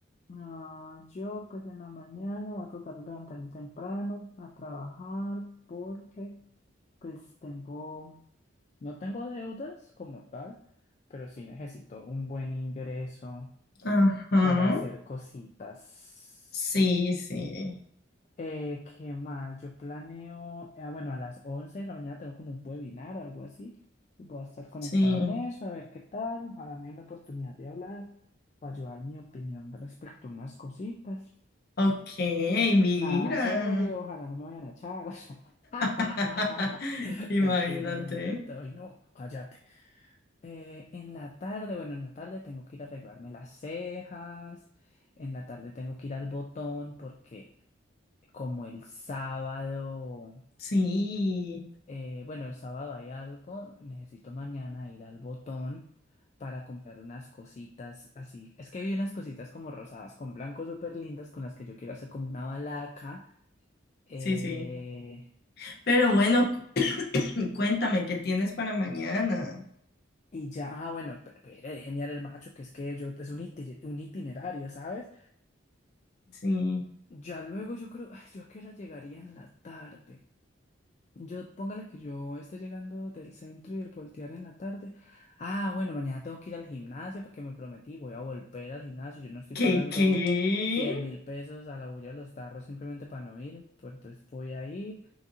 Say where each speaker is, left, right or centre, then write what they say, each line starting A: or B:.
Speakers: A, on the left; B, on the left.
A: No, yo pues en la mañana voy a tratar de levantarme temprano a trabajar porque pues tengo, no tengo deudas como tal, pero sí necesito un buen ingreso
B: Ajá.
A: para hacer cositas.
B: Sí,
A: <laughs>
B: sí,
A: Eh, ¿qué más? Yo planeo, ah, bueno, a las 11 de la mañana tengo como un webinar o algo así. Voy a estar conectado
B: sí.
A: en eso, a ver qué tal. Ojalá me den la oportunidad de hablar o ayudar mi opinión respecto a unas cositas.
B: Ok, mira.
A: Nada serio, ojalá no me vayan a echar. <laughs>
B: <laughs> Imagínate.
A: Mentira, no, te- ay, no, cállate. Eh, en la tarde, bueno, en la tarde tengo que ir a arreglarme las cejas, en la tarde tengo que ir al botón porque como el sábado
B: Sí,
A: Eh, bueno, el sábado hay algo. Necesito mañana ir al Botón para comprar unas cositas así. Es que vi unas cositas como rosadas con blanco súper lindas con las que yo quiero hacer como una balaca. eh,
B: sí, sí. Pero bueno, <laughs> cu- <clears throat> cuéntame, ¿qué tienes para mañana?
A: y ya, ah, bueno, pe- pero déjeme dar el macho, que es que yo es un itine- un itinerario, ¿sabes?
B: Sí.
A: Ya luego yo creo, ay, yo a qué hora llegaría en la tarde. Yo, póngale que yo esté llegando del centro y el voltear en la tarde. Ah, bueno, mañana tengo que ir al gimnasio porque me prometí, voy a volver al gimnasio. Yo no estoy
B: ¿Qué,
A: pagando
B: qué?
A: cien mil pesos a la bulla de los tarros simplemente para no ir. Pues entonces voy a ir.